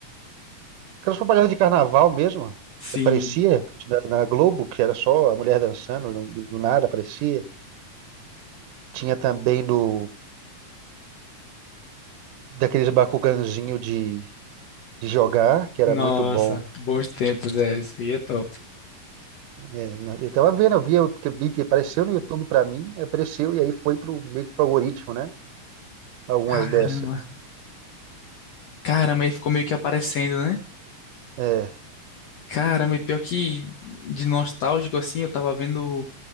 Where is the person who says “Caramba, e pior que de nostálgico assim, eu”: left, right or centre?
Left